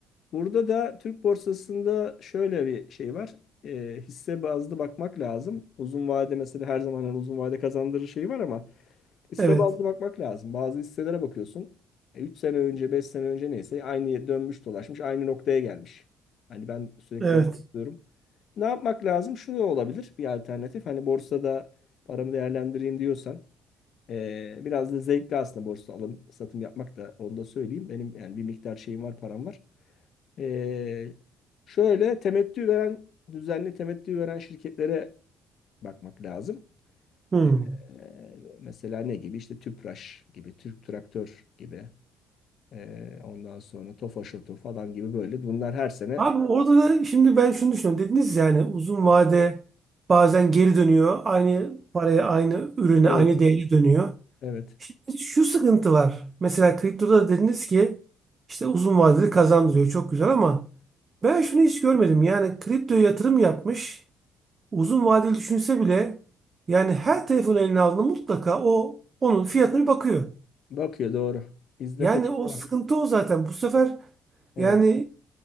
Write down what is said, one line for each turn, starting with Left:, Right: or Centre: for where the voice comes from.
Left: Burada da Türk borsasında şöyle bir şey var. Ee, hisse bazlı bakmak lazım. Uzun vade mesela her zaman hani uzun vade kazandırır şeyi var ama Hisse
Right: Evet.
Left: bazlı bakmak lazım. Bazı hisselere bakıyorsun. E, 3 sene önce, 5 sene önce neyse aynı yere dönmüş dolaşmış, aynı noktaya gelmiş. Hani ben sürekli
Right: Evet.
Left: diyorum. Ne yapmak lazım? Şunu olabilir bir alternatif. Hani borsada paramı değerlendireyim diyorsan eee, biraz da zevkli aslında borsa alım satım yapmak da onu da söyleyeyim. Benim yani bir miktar şeyim var, param var. Eee, şöyle temettü veren, düzenli temettü veren şirketlere bakmak lazım.
Right: Hmm.
Left: Ee, mesela ne gibi? İşte Tüpraş gibi, Türk Traktör gibi. Ee, ondan sonra Tofaş Oto falan gibi böyle. Bunlar her sene
Right: Abi orada da şimdi ben şunu düşünüyorum. Dediniz yani uzun vade bazen geri dönüyor. Aynı paraya, aynı ürüne,
Left: evet,
Right: aynı değeri dönüyor.
Left: evet.
Right: Şimdi şu sıkıntı var. Mesela kriptoda da dediniz ki işte uzun vadeli kazandırıyor. Çok güzel ama ben şunu hiç görmedim. Yani kriptoya yatırım yapmış. uzun vadeli düşünse bile yani her telefon eline aldığında mutlaka o onun fiyatına bir bakıyor.
Left: Bakıyor doğru. Bizde
Right: Yani
Left: kaçınılmaz.
Right: o sıkıntı o zaten. Bu sefer
Left: Evet.
Right: yani